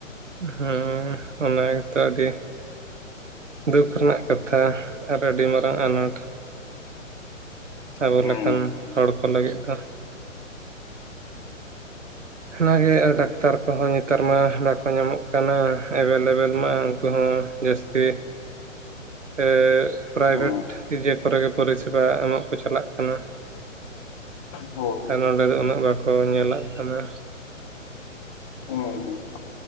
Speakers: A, on the right; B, on the left.
A: ᱦᱩᱸ ᱚᱱᱟ ᱜᱮᱛᱚ ᱟᱹᱰᱤ ᱫᱩᱠᱷ ᱨᱮᱱᱟᱜ ᱠᱟᱛᱷᱟ ᱟᱨ ᱟᱹᱰᱤ ᱢᱟᱨᱟᱝ ᱟᱱᱟᱴ᱾ ᱟᱵᱚ
B: ᱦᱩᱸ
A: ᱞᱮᱠᱟᱱ ᱦᱚᱲ ᱠᱚ ᱞᱟᱹᱜᱤᱫ ᱫᱚ ᱚᱱᱟ ᱜᱮ ᱟᱨ ᱰᱟᱠᱛᱟᱨ ᱠᱚ ᱦᱚᱸ ᱧᱮᱛᱟᱨ ᱛᱢᱟ ᱵᱟᱠᱚ ᱧᱟᱢᱚᱜ ᱠᱟᱱᱟ ᱮᱵᱮᱞ ᱮᱵᱮᱞ ᱢᱟ ᱩᱱᱠᱩ ᱦᱚᱸᱱᱟ ᱡᱟᱹᱥᱛᱤ ᱮ ᱯᱨᱟᱭᱵᱷᱮᱴ
B: ᱦᱩᱸ
A: ᱤᱭᱟᱹ ᱠᱚᱨᱮ ᱜᱮ ᱯᱚᱨᱤᱥᱮᱵᱟ ᱮᱢᱚᱜ ᱠᱚ ᱪᱟᱞᱟᱜ ᱠᱟᱱᱟ᱾
B: ᱦᱳᱭ
A: ᱟᱨ ᱱᱚᱸᱰᱮ ᱫᱚ ᱩᱱᱟᱹᱜ ᱵᱟᱠᱚ ᱧᱮᱞᱟᱜ ᱠᱟᱱᱟ᱾
B: ᱦᱩᱸ ᱜᱚᱝᱠᱮ,